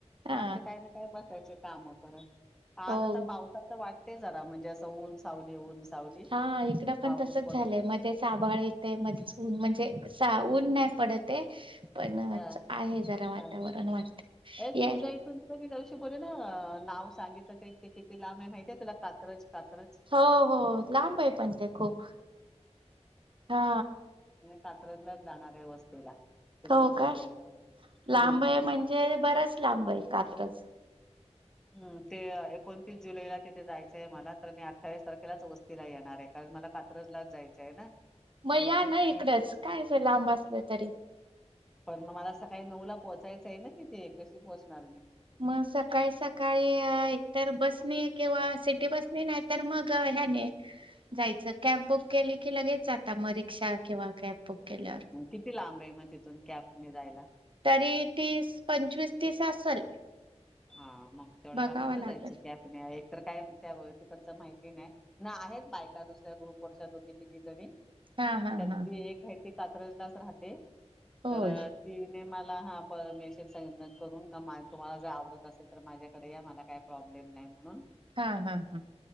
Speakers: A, on the right (about 50°); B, in the centre.
A: हा
B: मग आपले काय ना काय बसायचे. काम करत आज
A: हो.
B: आता पावसाचं वाटते जरा म्हणजे असं ऊन सावली ऊन सावली
A: हा इकडं पण
B: पाऊस
A: तसच
B: पडेल
A: झालंय
B: असं.
A: मध्ये च आभाळ येते मध्येच ऊन म्हणजे सा ऊन नाही पडते पण
B: हा
A: आहे जरा वातावरण
B: हा
A: वाटतय.
B: ए
A: यायला.
B: तुझ्या इथून तुला बोलले ना नाव सांगितलं किती लांब माहितीय तुला कात्रज? कात्रज
A: हो हो लांब आहे पण ते खूप हा
B: कात्रज ला जाणार आहे वस्तीला. तिथंच
A: हो काय
B: गेलेलं
A: लांब
B: हम्म
A: आहे म्हणजे बराच लांब आहे कात्रज.
B: हम् ते एकोणतीस जुलैला तिथे जायचंय मला तर मी अठ्ठावीस तारखेलाच वस्तीला येणार आहे का मला कात्रजलाच जायचं आहे ना.
A: मग
B: तर
A: या
B: इथून
A: ना
B: नाही
A: इकडंच कायच लांब असलं तरी.
B: पण मग मला सकाळी नऊ ला पोहोचायचं आहे ना तिथे कशी पोहोचणार मी?
A: मग सकाळी सकाळी एक तरर बसनी किंवा सिटी बस नी नाही तर मग ह्याने जायच. कॅब बुक केली की लगेच जात मग रिक्षा किंवा कॅब. बुक केल्यावर.
B: मग किती लांब आहे मग तिथून कॅब ने जायला?
A: तरी तीस पंचवीस तीस असल.
B: हा मग तेवढ्या
A: बघावं
B: लाम कुठं
A: लागेल
B: जायचं कॅब ने. तर काय तिकडच माहिती नाही. ना आहेत बायका दुसऱ्या ग्रुपवरच्या दोघी तिघी जणी.
A: हा हा
B: त्यातली
A: हा.
B: एक आहे ते कात्रजलाच राहते
A: होय
B: तर ती मला हा प मेसेज करून का तुम्हाला जर आवडत असेल तर माझ्याकडे या मला काही प्रॉब्लेम नाही म्हणून.
A: हा हा हा.